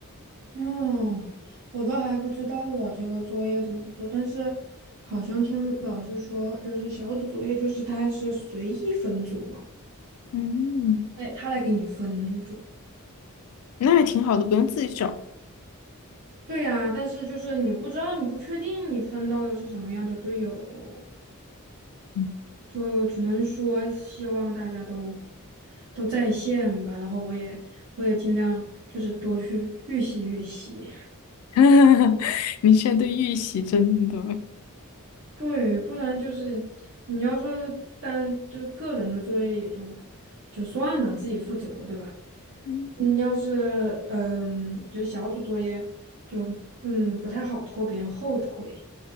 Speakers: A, on the right; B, on the left.
A: 嗯，我都还不知道我这个作业怎么做，但是好像听老师说，就是小组作业，就是他是随意分组嘛，
B: 嗯，
A: 哎，他来给你分那一种。
B: 那还挺好的，不用自己找。
A: 对呀，但是就是你不知道，你不确定你分到的是什么样的队友，
B: 嗯，
A: 就只能说希望大家都都在线吧。然后我也我也尽量就是多去预习预习。
B: <laughs> 你现在对预习真的，
A: 对，不然就是你要说单就是个人的作业也就就算了，自己负责，对吧？
B: 嗯，
A: 你要是嗯，就是小组作业就嗯不太好拖别人后腿，